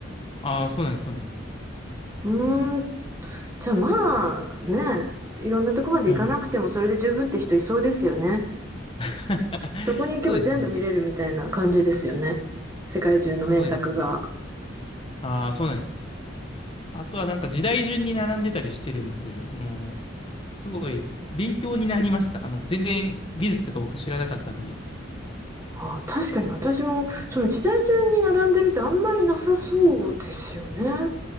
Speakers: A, on the left; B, on the right.
A: ああそうなんです、そうなんです。
B: うーん、
A: そうなんか
B: じゃ、あまあ、ね、いろんなとこまで行かなくてもそれで十分って人いそうですよね。
A: はい。<laughs>
B: そこに行けば全部見れるみたいな感じですよね。
A: そうですね。
B: 世界中の名作が。
A: そうですね。ああ、そうなんです。あとはなんか時代順に並んでたりしてるんで、その、すごい勉強になりました。あの、全然美術とか僕知らなかったんで。
B: ああ、確かに私もその時代順に並んでるってあんまりなさそうですよね、